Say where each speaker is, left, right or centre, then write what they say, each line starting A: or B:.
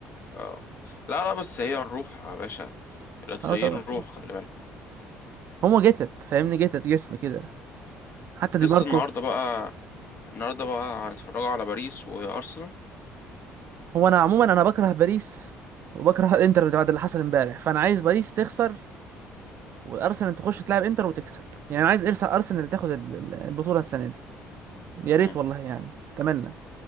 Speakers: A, on the left; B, on the right.
A: اه لا لا بس هي الروح يا باشا الايطاليين
B: اه طبعا
A: الروح خلي بالك
B: هما جتت فاهمني جتت جسم كده حتى دي
A: لسه
B: ماركو
A: النهارده بقى النهارده بقى هنتفرجوا على باريس وارسنال
B: هو انا عموما انا بكره باريس وبكره <laughs> الانتر بعد اللي حصل امبارح فانا عايز باريس تخسر وارسنال تخش تلعب انتر وتكسب يعني عايز ارسنال ارسنال تاخد ال- ال- البطولة السنة دي يا
A: امم
B: ريت والله يعني اتمنى